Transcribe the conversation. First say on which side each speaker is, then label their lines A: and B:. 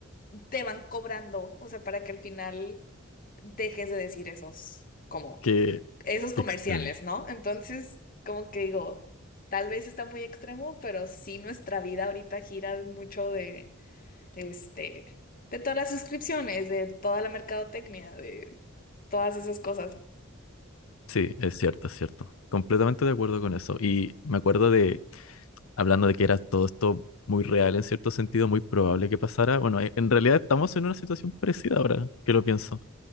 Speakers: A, on the left; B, on the left.
A: te van cobrando, o sea, para que al final dejes de decir esos como
B: qué,
A: esos comerciales,
B: qué extraño.
A: ¿no? Entonces, como que digo, tal vez está muy extremo, pero sí nuestra vida ahorita gira mucho de, este, de todas las suscripciones, de toda la mercadotecnia, de todas esas cosas. <laughs>
B: Sí, es cierto, es cierto. Completamente de acuerdo con eso. Y me acuerdo de, hablando de que era todo esto muy real, en cierto sentido, muy probable que pasara. Bueno, e- en realidad estamos en una situación parecida ahora, que lo pienso.